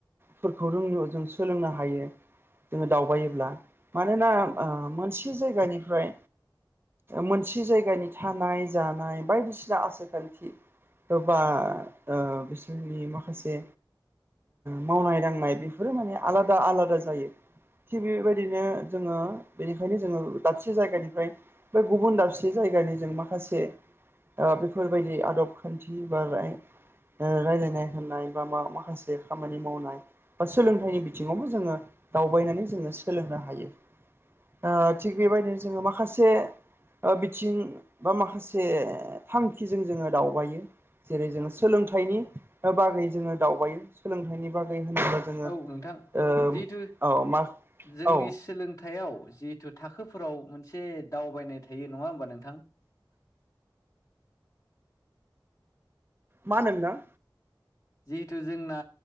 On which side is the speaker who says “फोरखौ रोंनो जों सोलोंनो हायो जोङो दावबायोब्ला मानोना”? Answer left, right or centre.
Right